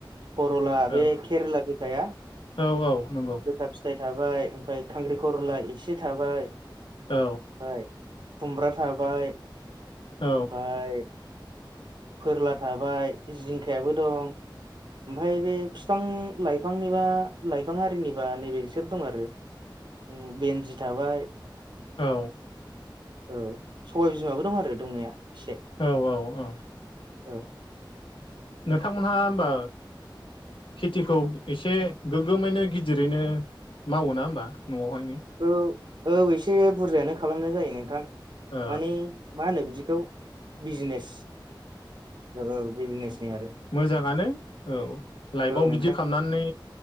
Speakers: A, on the right; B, on the left.
A: कर'ला
B: औ
A: बे केरेला गोखाया
B: औ औ नंगौ
A: गोखा फिथाइ थाबाय ओमफाय खांख्रि खरला एसे थाबाय ओमफाय
B: औ
A: खुमब्रा थाबाय
B: औ
A: ओमफाय फोरला थाबाय, जिंखायाबो दं ओमफाय बे फिफां लाइफांनिबा लाइफां आरिनिबा नैबे बिसोर दं आरो उम बेन्जि थाबाय
B: औ
A: औ सबाय बिमाबो दं आरो दंनाया एसे
B: औ औ औ अ
A: औ
B: नोंथांमोनहा होमबा खेथिखौ एसे गोगोमैनो गिदिरैनो मावो ना होमबा न'आवहायनो
A: औ औ एसे बुरजायानो खालामनाय जायो नोंथां
B: ओ
A: मानि मा होनो बिदिखौ बिजनेस औ बिजनेसनि आरो
B: मोजाङानो औ लाइफआव
A: औ नोंथां
B: बिदि खामनानै